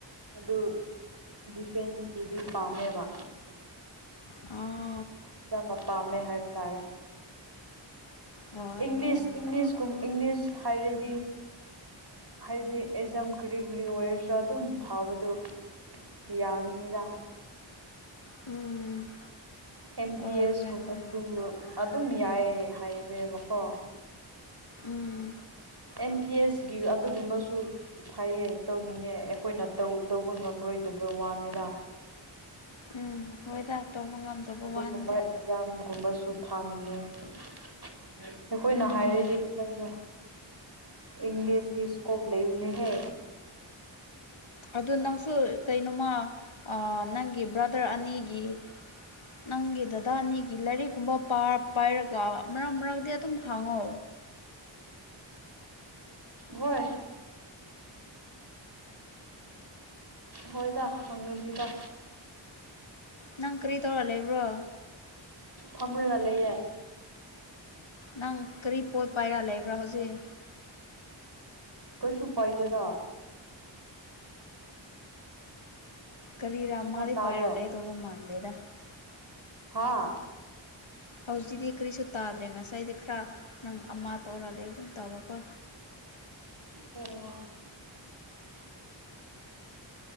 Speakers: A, on the right (about 55°); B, on the left (about 80°).
A: ꯑꯗꯨ ꯗꯤꯐꯦꯟꯁ ꯗꯤ ꯄꯥꯝꯃꯦꯕ
B: ꯑꯥ
A: ꯏꯁꯥꯅ ꯄꯥꯝꯃꯦ ꯍꯥꯏꯕ ꯇꯥꯔꯦ
B: ꯍꯣꯏ
A: ꯏꯪꯂꯤꯁ
B: ꯍꯣꯏ ꯍꯣꯏ
A: ꯏꯪꯂꯤꯁꯀꯨꯝ ꯏꯪꯂꯤꯁ ꯍꯥꯏꯔꯗꯤ ꯍꯥꯏꯗꯤ ꯑꯦꯖꯝ ꯀ꯭ꯔꯤ ꯀ꯭ꯔꯤ ꯋꯌꯔꯁꯨ ꯑꯗꯨꯝ ꯊꯥꯕꯗꯣ ꯌꯥꯒꯅꯤꯗ
B: ꯎꯝ
A: ꯑꯦꯝ
B: ꯍꯣꯏ
A: ꯇꯤ ꯑꯦꯁ
B: ꯍꯣꯏ
A: ꯀꯨꯝꯕꯁꯨ
B: ꯍꯣꯏ
A: ꯑꯗꯨꯝ ꯌꯥꯏ ꯍꯥꯏꯋꯦꯕꯀꯣ
B: ꯎꯝ
A: ꯑꯦꯝ ꯇꯤ ꯑꯦꯁ ꯒꯤ ꯑꯗꯨꯒꯨꯝꯕꯁꯨ ꯐꯌꯦ ꯇꯧꯅꯤꯡꯉꯦ ꯑꯩꯈꯣꯏꯅ ꯇꯧꯕ ꯉꯝꯔꯣꯏꯗꯕ ꯋꯥꯅꯦꯗ
B: ꯎꯝ ꯍꯣꯏꯗ ꯇꯧꯕ ꯉꯝꯗꯕ
A: ꯑꯗꯨꯒꯨꯝꯕ
B: ꯋꯥꯅꯤꯗ
A: ꯑꯦꯛꯖꯥꯝꯒꯨꯝꯕꯁꯨ ꯊꯥꯅꯤꯡꯉꯦ ꯑꯩꯈꯣꯏꯅ
B: ꯎꯝ
A: ꯍꯥꯏꯔꯗꯤ ꯀꯩꯅꯣ ꯏꯪꯂꯤꯁꯗꯤ ꯏꯁꯀꯣꯄ ꯂꯩꯕꯅꯤ ꯍꯦ
B: ꯑꯗꯨ ꯅꯪꯁꯨ ꯀꯩꯅꯣꯃ ꯅꯪꯒꯤ ꯕ꯭ꯔꯗꯔ ꯑꯅꯤꯒꯤ ꯅꯪꯒꯤ ꯗꯗꯥ ꯑꯅꯤꯒꯤ ꯂꯥꯏꯔꯤꯛꯀꯨꯝꯕ ꯄꯥꯏꯔꯒ ꯃꯔꯛ ꯃꯔꯛꯇꯗꯤ ꯑꯗꯨꯝ ꯍꯥꯡꯉꯣ
A: ꯍꯣꯏ ꯍꯣꯏꯗ ꯍꯪꯒꯅꯤꯗ
B: ꯅꯪ ꯀꯔꯤ ꯇꯧꯔ ꯂꯩꯕ꯭ꯔꯣ
A: ꯊꯝꯔ ꯂ ꯂꯩꯦ ꯌꯥꯦ
B: ꯅꯪ ꯀꯔꯤ ꯄꯣꯠ ꯄꯥꯏꯔ ꯂꯩꯕ꯭ꯔꯥ ꯍꯧꯖꯤꯛ
A: ꯀꯩꯁꯨ ꯄꯥꯏꯗꯦꯗ
B: ꯀꯔꯤꯔꯥ
A: ꯃꯈꯣꯟ
B: ꯃꯥꯗꯤ
A: ꯇꯥꯕ꯭ꯔꯣ
B: ꯄꯥꯏꯔ ꯂꯩꯗꯧꯕ ꯃꯥꯥꯟꯗꯦꯗ
A: ꯍꯥ
B: ꯍꯧꯖꯤꯛꯗꯤ ꯀꯔꯤꯁꯨ ꯇꯥꯗ꯭ꯔꯦ ꯉꯁꯥꯏꯗꯤ ꯈꯔ ꯅꯪ ꯑꯃ ꯇꯧꯔ ꯂꯩꯕꯒꯨꯝ ꯇꯕꯀꯣ
A: ꯑꯣ